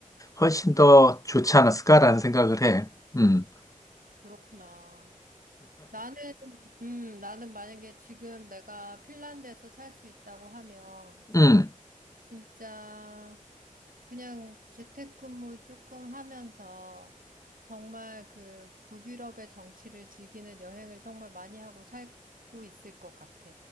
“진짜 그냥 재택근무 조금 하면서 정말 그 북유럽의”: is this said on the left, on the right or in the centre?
Right